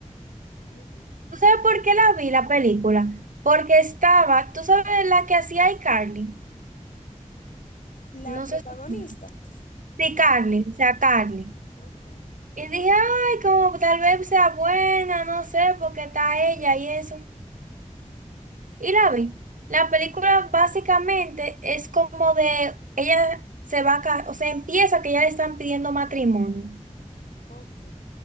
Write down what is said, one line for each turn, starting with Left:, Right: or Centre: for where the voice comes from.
Left: Ay, Dios.
Right: ¿Tú sabes por qué la vi la película? Porque estaba, tú sabes la que hacía iCarly.
Left: La
Right: No
Left: protagonista.
Right: sé si. Sí,
Left: Carmen.
Right: Carly, o sea, Carly.
Left: Ok,
Right: Y dije, ay, como tal vez sea buena, no sé, porque está ella y eso. Y la vi. La película básicamente es como de, ella se va a, casar, o sea, empieza que ya le están pidiendo matrimonio.
Left: ok,